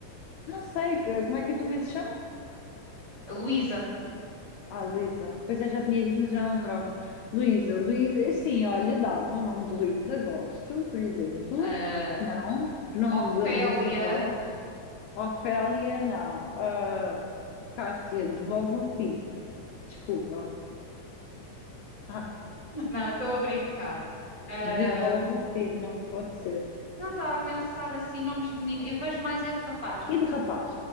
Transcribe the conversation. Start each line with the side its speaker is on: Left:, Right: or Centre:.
Left: não sei, que- como é que a tua mãe se chama?
Right: Luísa.
Left: Ah, Luísa. Pois é, já tinha dito, mas já não lembrava. Luísa, Luísa, sim, olha, dava o nome de Luísa, gosto, por exemplo.
Right: ah,
Left: Não, os nomes
Right: Ofélia.
Left: da- dos avós. Ofélia, não. Ah, Kátia, devolve o filho. Desculpa. Ah,
Right: <laughs> Não, estou a brincar. Ah,
Left: devolve o filho, não pode ser.
Right: Não, estava a pensar assim, nomes de menina. Eu vejo mais é de rapaz.
Left: E de rapaz?